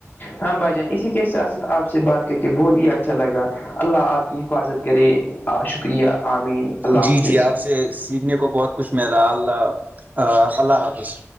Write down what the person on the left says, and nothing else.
ہاں بھائی جان اسی کے ساتھ ساتھ آپ سے بات کر کے بہت ہی اچھا لگا اللہ آپ کی حفاظت کرے شکریہ آمین اللہ
حافظ